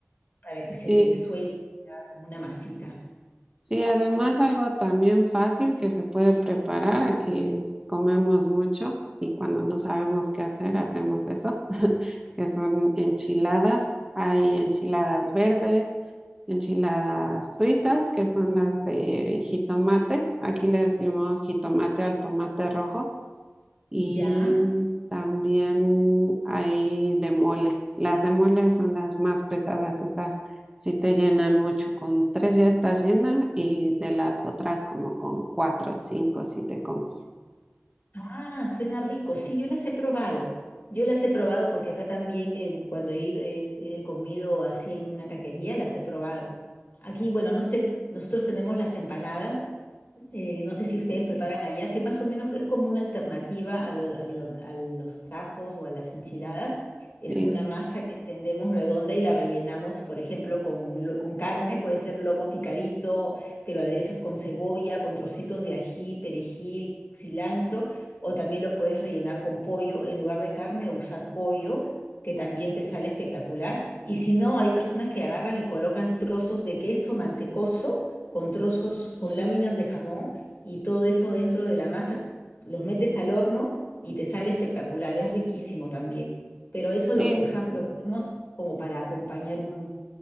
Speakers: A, on the left (about 50°); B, on the right (about 15°).
A: para que se
B: sí,
A: te suelte se haga como una masita.
B: Sí, además
A: Es-
B: algo también fácil que se puede preparar. Aquí comemos mucho y cuando no sabemos qué hacer, hacemos eso, <laughs> que son enchiladas. Hay enchiladas verdes, enchiladas suizas, que son las de jitomate. Aquí le decimos jitomate al tomate rojo y
A: ¿Ya?
B: también hay de mole. Las de mole son las más pesadas, esas sí te llenan mucho. Con tres ya estás llena y de las otras como con cuatro o cinco si te comes.
A: Ah, suena rico. Sí, yo las he probado. Yo las he probado porque acá también eh, cuando he ido, he he comido así en una taquería, las he probado. Aquí, bueno, no sé, nosotros tenemos las empanadas eh, no sé si ustedes preparan allá, que más o menos es como una alternativa a, lo- a lo- a los tacos o a las enchiladas. Es
B: Sí,
A: una masa que extendemos redonda y la rellenamos, por ejemplo, con, lo- con carne, puede ser lomo picadito, que lo aderezas con cebolla, con trocitos de ají, perejil, cilantro, o también lo puedes rellenar con pollo, en lugar de carne, usar pollo, que también te sale espectacular. Y si no, hay personas que agarran y colocan trozos de queso mantecoso con trozos, con
B: ujú.
A: láminas de jamón y todo eso dentro de la masa, los metes al horno y te sale espectacular, es riquísimo también. Pero eso
B: Sí,
A: lo usamos, lo comemos como para acompañar un-